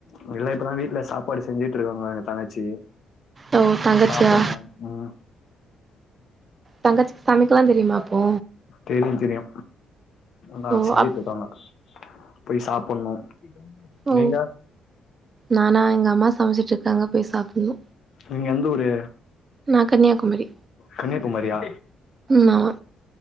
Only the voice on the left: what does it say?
அதுஎல்லா இப்பதா வீட்ல சாப்பாடு செஞ்சுட்டு <inaudible> எ தங்கச்சி
சாப்பணும் உம்
தெரியு தெரியு நல்ல
செஞ்சுட்டு
இருக்காங்க போய் சாப்பணு
நீங்க
நீங்க எந்த ஊரு
கன்னியாகுமாரியா